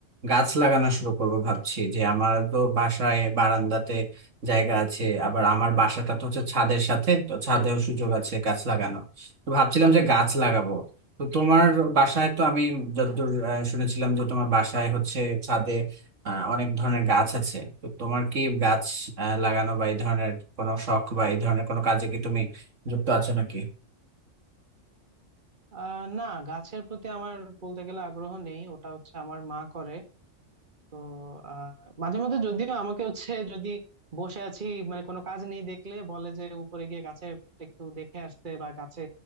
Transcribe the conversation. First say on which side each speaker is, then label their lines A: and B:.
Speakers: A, on the right (about 85°); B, on the right (about 40°).
A: গাছ লাগানো শুরু করব ভাবছি যে আমার তো বাসায় বারান্দাতে জায়গা আছে আবার আমার বাসাটা তো হচ্ছে ছাদের সাথে তো ছাদেও সুযোগ আছে গাছ লাগানো তো ভাবছিলাম যে গাছ লাগাবো তো তোমার বাসায় তো আমি যতদূর আহ, শুনেছিলাম যে তোমার বাসায় হচ্ছে ছাদে আহ, অনেক ধরনের গাছ আছে তো তোমার কি গাছ আহ, লাগানো বা এই ধরনের কোনো শখ বা এই ধরনের কোনো কাজে কি তুমি যুক্ত আছো নাকি
B: আহ না গাছের প্রতি আমার বলতে গেলে আগ্রহ নেই ওটা হচ্ছে আমার মা করে তো আহ মাঝে মধ্যে যদিও আমাকে হচ্ছে যদি বসে আছি মানে কোনো কাজ নেই দেখলে বলে যে উপরে গিয়ে গাছে একটু দেখে আসতে বা গাছে